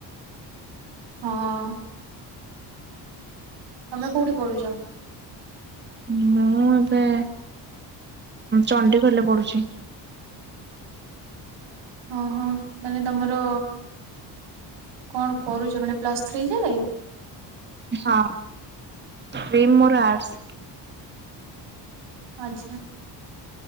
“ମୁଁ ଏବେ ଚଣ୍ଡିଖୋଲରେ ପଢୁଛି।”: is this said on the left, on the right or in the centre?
Right